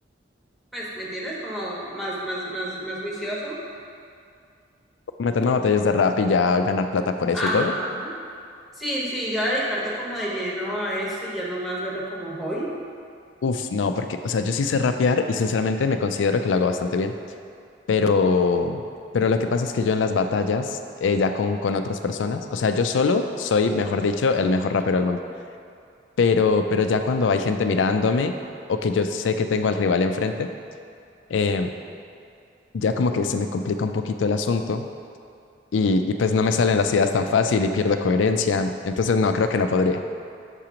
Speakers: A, in the centre; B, on the left.
A: pues, ¿me entiendes? Como más, más, más, más juicioso.
B: Meterme a batallas de rap y ya ganar plata por eso
A: Ajá.
B: y todo.
A: Sí, sí, ya dedicarte como de lleno a esto y ya no más verlo como hobbit.
B: Uf, no, porque, o sea, yo sí sé rapear y sinceramente me considero que lo hago bastante bien. Pero, pero lo que pasa es que yo en las batallas, eh, ya con, con otras personas, o sea, yo solo soy, mejor dicho, el mejor rapero del mundo. Pero, pero ya cuando hay gente mirándome o que yo sé que tengo al rival enfrente, em, ya como que se me complica un poquito el asunto y, y pues no me salen las ideas tan fácil y pierdo coherencia. Entonces, no, creo que no podría.